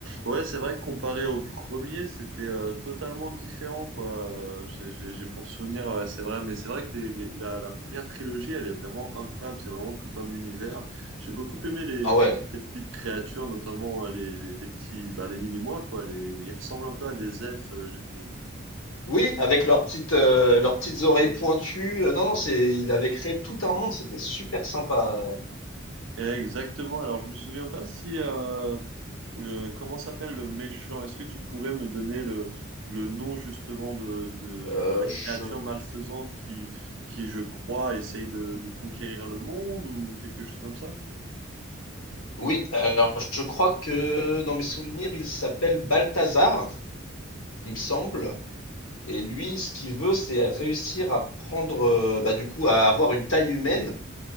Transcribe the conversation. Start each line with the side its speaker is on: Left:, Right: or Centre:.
Right: Ouais, c'est vrai que comparé au premier, c'était euh, totalement différent, quoi. Euh, J'ai j'ai- j'ai pour souvenir, ouais, c'est vrai, mais c'est vrai que les- les- la, la première trilogie, elle est vraiment incroyable. C'est vraiment tout un univers. J'ai beaucoup aimé les,
Left: Ah ouais.
Right: les petites créatures, notamment euh, les, les, les petits, bah, les mini-mois, quoi. Les, ils ressemblent un peu à des elfes, euh, j'ai trouvé.
Left: Oui, avec leurs petites, euh, leurs petites oreilles pointues. Euh, non, non, c'est, il avait créé tout un monde. C'était super sympa.
Right: Euh, Exactement. Alors, je me souviens pas si euh, euh, comment s'appelle le méchant. Est-ce que tu pourrais me donner le, le nom justement de, de,
Left: Euh,
Right: de la
Left: je,
Right: créature malfaisante qui, qui, je crois, essaye de, de conquérir le monde ou quelque chose comme ça?
Left: oui, alors je crois que dans mes souvenirs, il s'appelle Balthazar, il me semble. Et lui, ce qu'il veut, c'est réussir à prendre, euh, bah, du coup, à avoir une taille humaine,